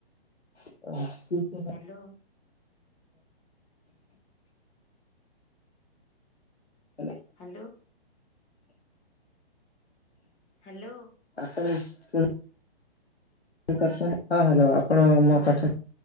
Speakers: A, on the left (about 80°); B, on the left (about 20°).
A: <unintelligible>
B: Hello
A: ଆପଣ
B: hello hello
A: ଆପଣ ଶୁ ପ ହଁ ହ୍ୟାଲୋ ଆପଣ ମୋ
B: ହଁ
A: କଥା
B: ହଁ।